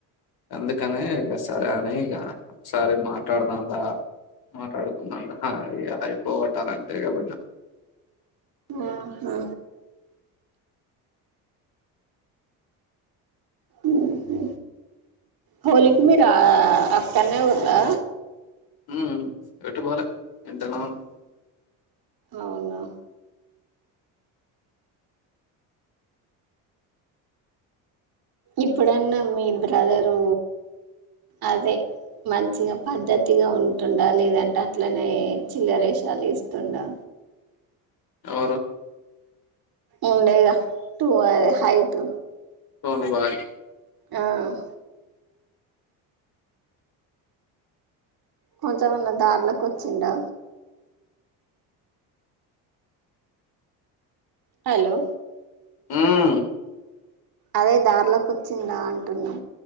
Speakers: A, on the left (about 60°); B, on the right (about 55°).
A: అందుకనే ఇగ సరే అని ఇగ ఒకసారి మాట్లాడదాం దా మాట్లాడుకుందాం దా ఇగ అయిపోతదీ అంటే ఇగ పోయిన.
B: ఆహా. ఉమ్ ఊహు హోళీ కి మీరు ఆ అక్కడనే ఉండ్రా.
A: ఉమ్ ఎటు పోలే ఇంట్లోనే ఉన్.
B: అవునా. ఇప్పుడాన్నా మీ బ్రదరు అదే మంచిగా పద్ధతిగా ఉంటుండా లేదంటే అట్లనే చిల్లరేషాలు ఏస్తుండా.
A: ఎవరు
B: ఉండేగా టూ అదే హైట్.
A: సోని బాయ్.
B: ఆహ్. కొంచెమన్నా దార్లకు వచ్చిండా. హలో.
A: ఉమ్
B: అదే దారిలోకోచ్చిందా అంటున్నా.